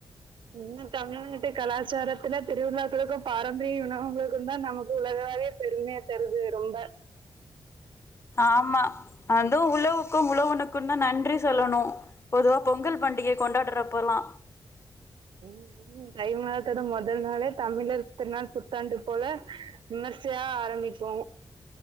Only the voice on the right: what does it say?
இன்ன தமிழ்நாட்டு கலாச்சாரத்துல திருவிழாக்களுக்கு பாரம்பரிய உணவங்களுக்கு தா நமக்கு உலகலாவிய பெருமையா தருது ரொம்ப
ம் ம் தைமாதத்தோட மொதல் நாளே தமிழர் திருநாள் புத்தாண்டு போல விமர்சையா ஆரம்பிக்கு